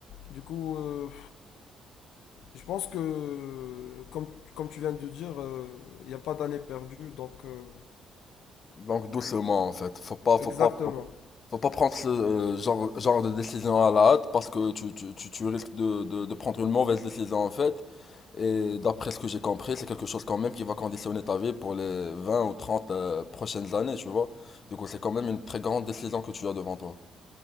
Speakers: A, on the left; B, on the left.
A: Du coup, euh, je pense que, euh, comme, comme tu viens de dire, il n'y a pas d'année perdue. Donc, euh,
B: Donc doucement en fait, faut pas, faut
A: exactement.
B: pas, faut, faut pas prendre ce euh, genre, genre de décision à la hâte parce que tu, tu, tu, tu risques de, de, de prendre une mauvaise décision en fait. Et d'après ce que j'ai compris, c'est quelque chose quand même qui va conditionner ta vie pour les 20 ou 30 euh, prochaines années, tu vois. Du coup, c'est quand même une très grande décision que tu as devant toi.